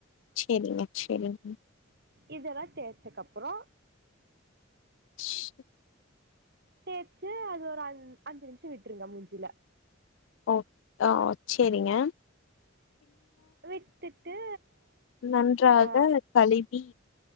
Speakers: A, on the left; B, on the right.
A: செரிங்க செரிங்க
B: இதெல்லாம் தேய்ச்சப்பறம்
A: ஸ்சு
B: தேச்சு அது ஒரு அஞ்சு நிமிஷம் விட்டுருங்க மூஞ்சில
A: ஓ ஆ செரிங்க
B: விட்டுட்டு
A: நன்றாக
B: ஆ
A: கழுவி